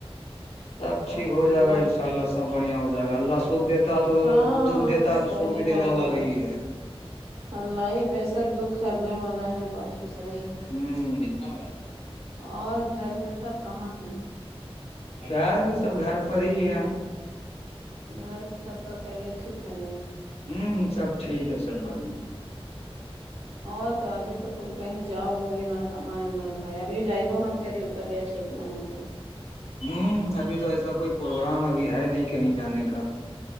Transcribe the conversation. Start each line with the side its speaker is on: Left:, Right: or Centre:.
Left: سب ٹھیک ہو جائے
Right: اور
Left: گا ان شاء اللہ سب بڑھیا ہو جائے گا اللہ سکھ دیتا تو
Right: ہاں
Left: دکھ دیتا
Right: صحیح
Left: ہے تو سوکھ بھی دینے
Right: بات
Left: والا وہی ہے
Right: اللہ ہی بے شک دکھ کرنے والا ہے بات تو صحیح ہے
Left: ہوں
Right: اور گھر میں سب کہاں ہیں
Left: گر میں سب گھر پر ہی یہ
Right: گھر میں سب کا خ رے ٹھیک ہے ن
Left: ہوں سب ٹھیک ہے سب بن
Right: اور تو ابھی تو تم کہیں جاؤ گوگے نہ کمائے امائے بھائی ابھی جائی ب مت کرری اتتا بھی ہے ٹھیک نہ ہے تو
Left: ہوں ابھی تو ایسا کوئی پروگرام ابھی ہے نہیں کہیں جانے کا